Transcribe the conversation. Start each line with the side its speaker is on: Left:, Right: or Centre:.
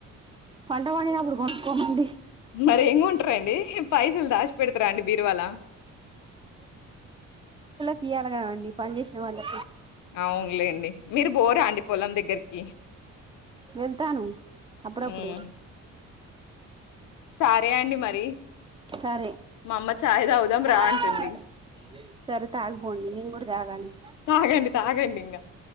Right: పంట పండినప్పుడు కొనుక్కోమండి
Left: మరీ ఎం కొంటరండి పైసల్ దసిపెడ్తర అండి బీరువాల
Right: కియాల కదండి పని చేసిన వాళ్ళకు
Left: అవునులేండి మీరు బోరా అండి పొలం దగ్గరికి
Right: వెళ్తాను అప్పుడప్పుడు
Left: ఉ సరే అండి మరి
Right: సరే
Left: మా అమ్మ చాయ్ తాగుదాం రా
Right: ఓయ్
Left: అంటుంది.
Right: సరే తాగుపోండి నేను కూడా తాగాలి
Left: తాగండి. తాగండింగ.